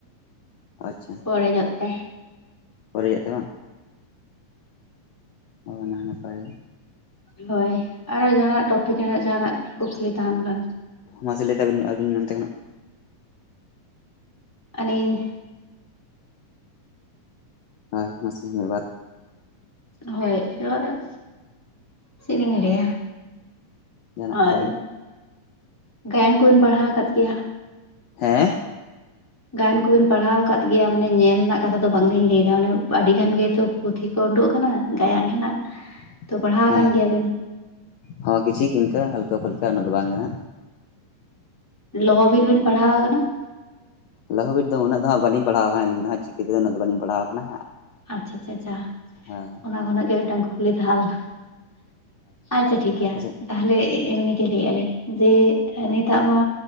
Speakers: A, on the left (about 70°); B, in the centre.
A: ᱟᱪᱪᱷᱟ
B: ᱠᱚᱲᱮ ᱧᱚᱜ ᱛᱮ
A: ᱯᱚᱨᱤᱭᱚᱜ ᱛᱮ ᱵᱟᱝ ᱦᱳᱭ ᱚᱱᱟ ᱦᱚ ᱱᱟᱯᱟᱭ ᱜᱮ
B: ᱦᱳᱭ ᱟᱨᱚ ᱡᱟᱦᱟᱱᱟᱜ <unintelligible> ᱴᱚᱯᱤᱠ ᱨᱮᱱᱟᱜ ᱡᱟᱦᱟᱱᱟᱜ ᱠᱩᱠᱞᱤ ᱛᱟᱦᱮᱱ ᱠᱟᱱ
A: ᱢᱟᱥᱮ ᱞᱟᱹᱭ ᱛᱟᱵᱤᱱ ᱟᱹᱵᱤᱱ ᱱᱚᱱᱛᱮ ᱠᱷᱚᱱᱟᱜ
B: ᱟᱹᱞᱤᱧ
A: ᱦᱟ ᱢᱟᱥᱮ ᱢᱤᱫ ᱵᱟᱨ
B: ᱦᱳᱭ ᱟᱫᱚ ᱪᱮᱫ ᱞᱤᱧ ᱞᱟᱹᱭᱟ
A: ᱡᱟᱦᱟᱱᱟᱜ
B: ᱟᱨ
A: ᱚᱱᱠᱟ ᱜᱮ
B: ᱜᱟᱭᱟᱱ ᱠᱚᱵᱤᱱ ᱯᱟᱲᱦᱟᱣ ᱟᱠᱟᱫ ᱜᱮᱭᱟ
A: ᱦᱮᱸ
B: ᱜᱟᱭᱟᱱ ᱠᱚᱵᱤᱱ ᱯᱟᱲᱦᱟᱣ ᱟᱠᱟᱫ ᱜᱮᱭᱟ ᱢᱟᱱᱮ ᱧᱮᱞ ᱨᱮᱱᱟᱜ ᱠᱟᱛᱷᱟ ᱫᱚ ᱵᱟᱝ ᱞᱤᱧ ᱞᱟᱹᱭᱮᱫᱟ ᱢᱟᱱᱮ ᱟᱹᱰᱤ ᱜᱟᱱ ᱜᱮᱛᱚ ᱯᱩᱛᱷᱤ ᱠᱚ ᱩᱰᱩᱠ ᱟᱠᱟᱱᱟ ᱜᱟᱭᱟᱱ ᱨᱮᱱᱟᱜ
A: <unintelligible>
B: ᱛᱚ ᱯᱟᱲᱦᱟᱣ
A: ᱦᱮᱸ
B: ᱠᱟᱱ ᱜᱮᱭᱟᱵᱤᱱ,
A: ᱦᱚᱸ ᱠᱤᱪᱷᱤᱠ ᱤᱱᱠᱟᱹ ᱦᱟᱹᱞᱠᱟᱹ ᱯᱟᱹᱞᱠᱟ. ᱩᱱᱟᱜ ᱫᱚ ᱵᱟᱝ ᱜᱮ ᱱᱟᱦᱟᱜ,
B: ᱞᱚᱦᱚ ᱵᱤᱨ ᱵᱤᱱ ᱯᱟᱲᱦᱟᱣ ᱟᱠᱟᱱᱟ,
A: ᱞᱚᱦᱚ ᱵᱤᱨ ᱫᱚ ᱩᱱᱟᱹᱜ ᱫᱚ ᱦᱟᱸᱜ ᱵᱟᱞᱤᱧ ᱯᱟᱲᱟᱣ ᱟᱠᱟᱱ ᱩᱱᱟᱹᱜ ᱫᱚ ᱦᱟᱸᱜ ᱪᱤᱠᱤᱹᱛᱮᱫᱚ ᱩᱱᱟᱹ ᱫᱚᱞᱤᱧ ᱯᱟᱲᱦᱣᱟ ᱟᱠᱟᱱᱟ
B: ᱟᱪᱪᱷᱟ ᱟᱪᱪᱷᱟ ᱟᱪᱪᱷᱟ
A: ᱦᱳᱭ
B: ᱚᱱᱟ ᱠᱷᱚᱱᱟᱜ ᱜᱮ ᱢᱤᱫᱴᱟᱝ ᱠᱩᱠᱞᱤ ᱛᱟᱦᱮᱸ ᱞᱮᱱᱟ, ᱟᱪᱪᱷᱟ ᱴᱷᱤᱠ ᱜᱮᱭᱟ
A: ᱟᱪᱪᱷᱟ
B: ᱛᱟᱦᱞᱮ ᱮᱢᱱᱤᱜᱮ ᱞᱟᱹᱭᱮᱜ-ᱟ ᱞᱤᱧ ᱡᱮ ᱱᱤᱛᱟᱜ ᱢᱟ